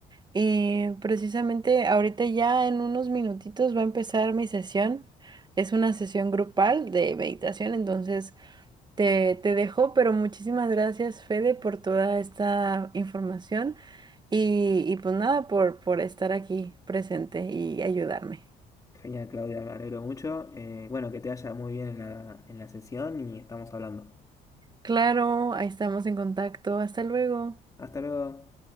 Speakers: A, on the right; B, on the left.
A: Y precisamente ahorita ya en unos minutitos va a empezar mi sesión. Es una sesión grupal de meditación, entonces te, te dejo, pero muchísimas gracias, Fede, por toda esta información y, y pues nada, por, por estar aquí presente y ayudarme.
B: Genial, Claudia, me alegro mucho. Eh, bueno, que te vaya muy bien en la, en la sesión y estamos hablando.
A: Claro, ahí estamos en contacto. Hasta luego.
B: Hasta luego.